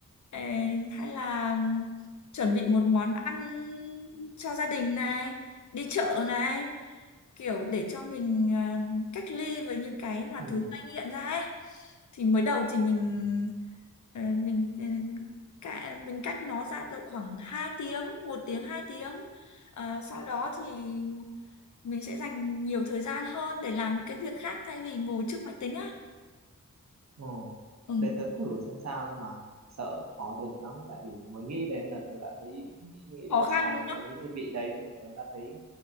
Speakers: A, on the left (about 60°); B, on the right (about 55°).
A: Ờ, hay là chuẩn bị một món ăn cho gia đình này đi chợ này kiểu để cho mình à, cách ly với những cái mà
B: ừ
A: thứ gây nghiện ra ấy thì mới đầu thì mình
B: ừ
A: ờ, mình ừ, cả mình cách nó ra được khoảng 2 tiếng một tiếng 2 tiếng Ờ, sau đó thì mình sẽ dành nhiều thời gian hơn để làm những cái việc khác thay vì ngồi trước máy tính á
B: ờ
A: ừ.
B: để tớ thử xem sao nhưng mà sợ khó được lắm tại vì mới nghĩ đến là tớ đã thấy nghĩ, nghĩ
A: khó
B: đến
A: khăn
B: xài
A: đúng
B: những
A: không
B: cái thiết bị đấy thì tớ đã thấy